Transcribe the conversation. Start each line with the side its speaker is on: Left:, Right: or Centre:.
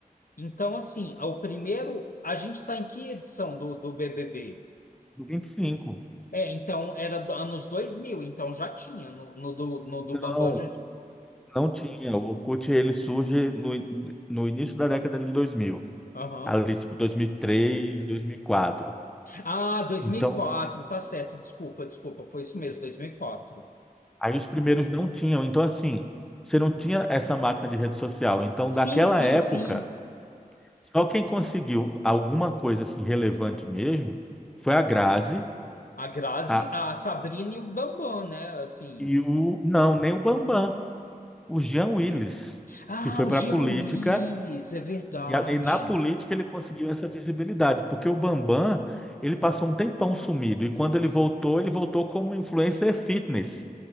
Left: Então, assim, o primeiro. A gente está em que edição do, do BBB?
Centre: 25.
Left: É, então era do- anos dois mil então já tinha no, no do, no do
Centre: Não,
Left: Bambam já.
Centre: não tinha. O Orkut ele surge no, no início da década de 2000,
Left: Aham.
Centre: ali tipo 2003, 2004.
Left: Ah, dois
Centre: Então,
Left: mil e quatro tá certo, desculpa, desculpa, foi isso mesmo, dois mil e quatro
Centre: aí os primeiros não tinham. Então, assim, você não tinha essa máquina de rede social. Então,
Left: Sim,
Centre: daquela
Left: sim,
Centre: época,
Left: sim.
Centre: só quem conseguiu alguma coisa assim relevante mesmo foi a Grazi,
Left: A Grazi,
Centre: a,
Left: a Sabrina e o Bambam, né? Assim.
Centre: e o não, nem o Bambam. o Jean Willis,
Left: Ah,
Centre: que foi
Left: o
Centre: para
Left: Jean
Centre: a política,
Left: Willis, é verdade.
Centre: e, a- e na política ele conseguiu essa visibilidade, porque o Bambam, ele passou um tempão sumido, e quando ele voltou, ele voltou como influencer fitness,